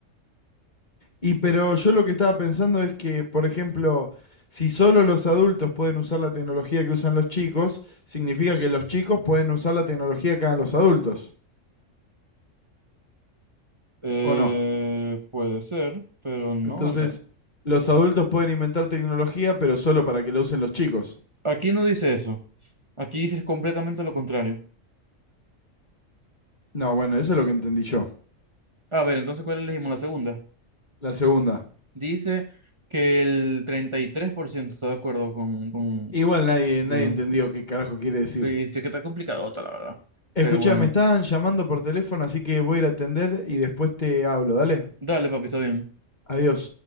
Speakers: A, on the left; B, on the right.
A: Y pero yo lo que estaba pensando es que, por ejemplo, si solo los adultos pueden usar la tecnología que usan los chicos, significa que los chicos pueden usar la tecnología que hagan los adultos,
B: Eh,
A: ¿o no?
B: puede ser, pero no.
A: Entonces,
B: ya.
A: los adultos pueden inventar tecnología, pero solo para que la usen los chicos.
B: Aquí no dice eso. Aquí dice completamente lo contrario.
A: No, bueno, eso es lo que entendí yo.
B: A ver, entonces, ¿cuál elegimos? La segunda.
A: La segunda.
B: Dice que el 33% está de acuerdo con, con,
A: Igual nadie,
B: digo,
A: nadie entendió qué carajo quiere decir.
B: sí, sí que está complicadota, la verdad.
A: Escuchá,
B: Pero bueno,
A: me están llamando por teléfono, así que voy a ir a atender y después te hablo, dale.
B: dale, papi, está bien.
A: Adiós.